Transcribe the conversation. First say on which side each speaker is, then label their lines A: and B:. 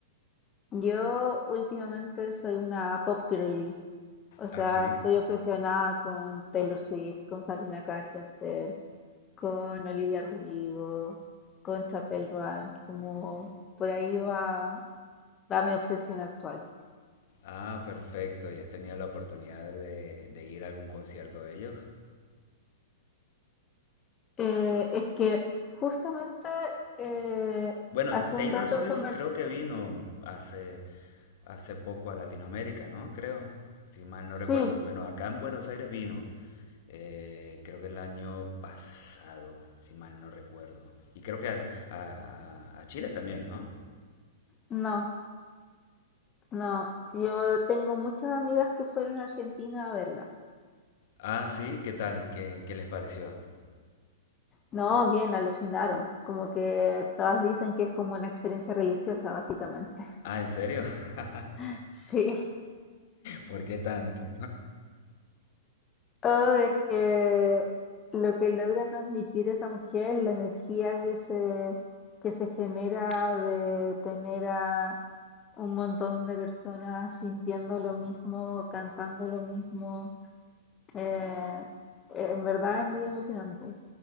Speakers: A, on the left; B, on the left.
A: yo últimamente soy una pop girly, o sea,
B: Ah, sí.
A: estoy obsesionada con Taylor Swift, con Sabrina Carpenter, con Olivia Rodrigo, con Chapel Roan, como por ahí va, va mi obsesión actual.
B: Ah, perfecto. ¿Y has tenido la oportunidad de, de ir a algún concierto de ellos?
A: Eh, es que justamente eh,
B: Bueno,
A: hace
B: Taylor
A: un rato
B: Swift
A: conversé,
B: creo que vino hace, hace poco a Latinoamérica, ¿no? Creo, si mal no
A: sí,
B: recuerdo. Y Bueno, acá en Buenos Aires vino, eh, creo que el año pasado, si mal no recuerdo. Y creo que a, a- a Chile también, ¿no?
A: no, no, yo tengo muchas amigas que fueron a Argentina a verla.
B: Ah, sí, ¿qué tal? ¿Qué, qué les pareció?
A: No, bien, alucinaron. Como que todas dicen que es como una experiencia religiosa, básicamente.
B: Ah, ¿en serio? <laughs>
A: <laughs> Sí.
B: ¿Por qué tanto?
A: Oh, es que lo que logra transmitir esa mujer, la energía que se, que se genera de tener a un montón de personas sintiendo lo mismo, cantando lo mismo, eh, en verdad es muy emocionante.